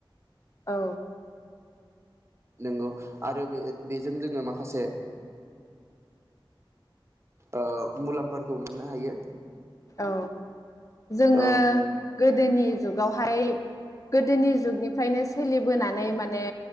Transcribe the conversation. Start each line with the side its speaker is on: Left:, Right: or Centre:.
Left: औ।
Right: नंगौ आरो बे बेजों जोङो माखासे ओ मुलामफोरखौ मोननो हायो।
Left: औ जोङो
Right: औ
Left: गोदोनि जुगावहाय गोदोनि जुगनिफ्रायनो सोलिबोनानै माने